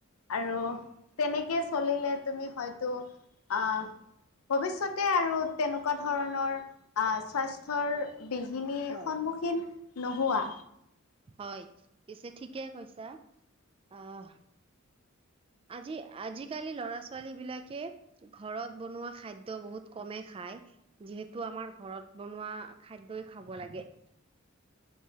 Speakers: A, on the left; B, on the right.
A: আৰু তেনেকৈ চলিলে তুমি হয়তো আ ভৱিষ্যতে আৰু তেনেকুৱা ধৰণৰ স্বাস্থ্যৰ বিঘিনীৰ
B: হয়।
A: সন্মুখীন নোহোৱা
B: হয় পিছে ঠিকে কৈছা আহ আজি আজিকালি ল'ৰা ছোৱালী বিলাকে ঘৰত বনোৱা খাদ্য বহুত কমে খায়। যিহেতু আমাৰ ঘৰত বনোৱা খাদ্যই খাব লাগে।